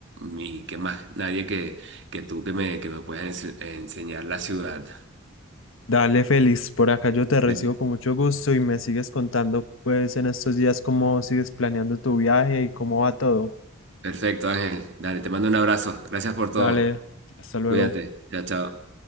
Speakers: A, on the right (about 60°); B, on the left (about 75°).
A: y que más nadie que, que tú que me, que me puedas ens- enseñar la ciudad.
B: Dale, Félix, por acá yo te recibo
A: Bien.
B: con mucho gusto y me sigues contando pues en estos días cómo sigues planeando tu viaje y cómo va todo.
A: Perfecto, Ángel. Dale, te mando un abrazo. Gracias por todo.
B: Dale, hasta luego.
A: Cuídate. Chao, chao.